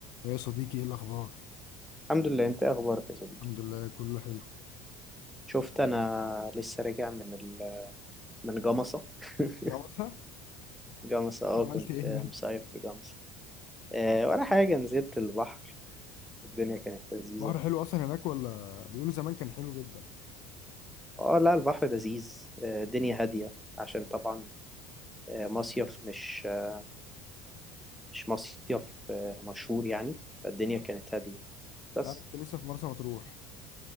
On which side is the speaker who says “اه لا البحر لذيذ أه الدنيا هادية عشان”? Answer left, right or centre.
Centre